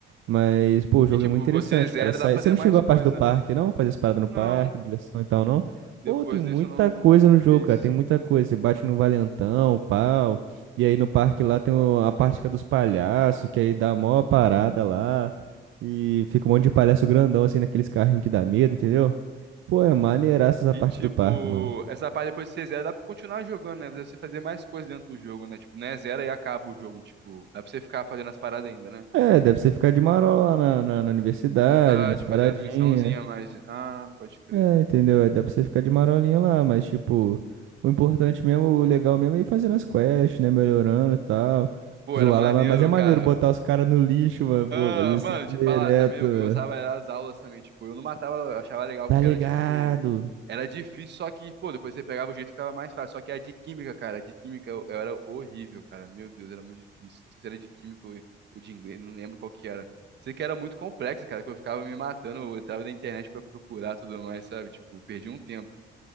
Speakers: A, on the right (about 80°); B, on the right (about 60°).
A: Mas, pô, o
B: Que
A: jogo
B: tipo,
A: é muito interessante,
B: você zera,
A: cara. Sai...
B: dá pra
A: Você
B: fazer
A: não
B: mais
A: chegou
B: coisa,
A: à parte do parque,
B: né?
A: não? Fazer as paradas no
B: Não,
A: parque, diversão e tal, não?
B: depois
A: Pô, tem muita
B: disso eu não
A: coisa
B: não
A: no jogo,
B: fiz.
A: cara. Tem muita coisa. Você bate no valentão, pau. E aí no parque lá tem o- a parte que é dos palhaços, que aí dá a maior parada lá. E fica um monte de palhaço grandão assim naqueles carrinhos que dá medo, entendeu? Pô, é maneiraça essa
B: E
A: parte
B: tipo,
A: do parque, mano.
B: essa parte depois de você zera, dá pra continuar jogando, né? Dá pra Você fazer mais coisa dentro do jogo, né? Tipo, não é zero e acaba o jogo, tipo, dá pra você ficar fazendo as paradas ainda, né?
A: É, dá pra você ficar de marola lá na, na, na universidade,
B: Você dá
A: nas
B: de
A: paradinhas.
B: fazer as missãozinhas, mas. Ah, pode crer.
A: É, entendeu? Aí Dá pra você ficar de marolinha lá, mas tipo, o importante mesmo, o legal mesmo é ir fazendo as quests, né? Melhorando e tal.
B: Pô,
A: Zoar
B: era maneiro,
A: lá, mas mas é maneiro
B: cara.
A: botar os caras no lixo, mano.
B: Ah,
A: Pô, fazer isso
B: mano,
A: direto,
B: te falar, também o
A: mano.
B: que eu gostava era as aulas também, tipo, eu não matava, eu achava legal
A: Tá
B: porque
A: ligado?
B: era tipo, era difícil, só que, pô, depois você pegava o jeito ficava mais fácil, só que a de química, cara, a de química eu, eu era horrível, cara, meu Deus, era muito difícil, não sei se era de química ou ou de inglês, não lembro qual que era, sei que era muito complexo, cara, que eu ficava me matando, eu entrava na internet pra procurar tudo mais, sabe, tipo, perdi um tempo,